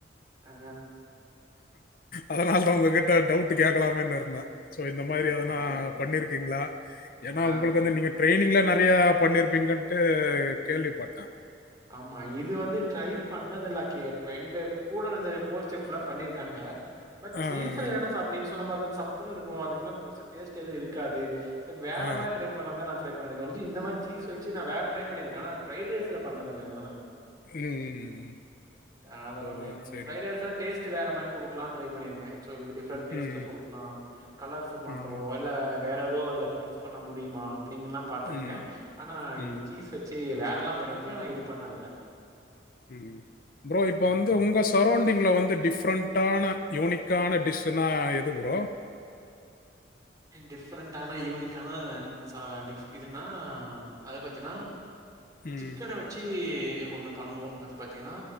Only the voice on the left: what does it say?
அதுனாலதா உங்ககிட்ட டவுட் கேக்கலாமேனு இருந்தே சோ இந்த மாரி எதனா
பண்ணீர்க்கீங்களா ஏன்னா
உங்களுக்கு வந்து நீங்க ட்ரைனிங்ல ந நெறையா பண்ணீர்ப்பீங்கன்ட்டு கேள்விப்பட்டே
ஆ,
ஆ.
ஆ.
ம்.
ஓ!
சரிங்க.
ம்.
ம்.
ம்.
ம்.
ம் ப்ரோ இப்ப
வந்து உங்க சரோண்டிங்ல வந்து டிஃப்ரண் முட்டான யூனிக்கான டிஸ்சுனா எது ப்ரோ
ம்.